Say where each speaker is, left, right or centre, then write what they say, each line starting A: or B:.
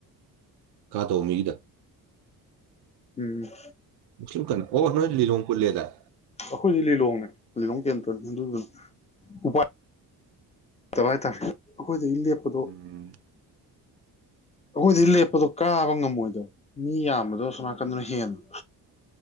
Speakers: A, on the right; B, on the left.
A: ꯀꯥꯗꯧ ꯃꯤꯒꯤꯗ
B: ꯎꯝ
A: ꯃꯨꯁꯂꯤꯝ ꯀꯟ ꯑꯣ ꯅꯣꯏ ꯂꯤꯂꯣꯡ ꯄꯨꯜꯂꯦꯗꯥꯏ
B: ꯑꯩꯈꯣꯏꯗꯤ ꯂꯤꯂꯣꯡꯅꯦ ꯂꯤꯂꯣꯡ ꯀꯦꯟꯗ꯭ꯔ ꯑꯗꯨꯗꯨꯅ ꯎꯄꯥꯏ ꯇꯕ ꯍꯥꯏꯇꯥꯔꯦ ꯑꯩꯈꯣꯏꯗꯒꯤ ꯂꯦꯞꯄꯗꯣ
A: ꯎꯝ
B: ꯑꯩꯈꯣꯏꯗꯒꯤ ꯂꯦꯞꯄꯗꯣ ꯀꯥꯕ ꯉꯝꯃꯣꯏꯗꯕ ꯃꯤ ꯌꯥꯝꯕꯗꯣ ꯑꯁꯣꯟꯅꯥꯀꯟꯗꯅ ꯍꯦꯟꯕ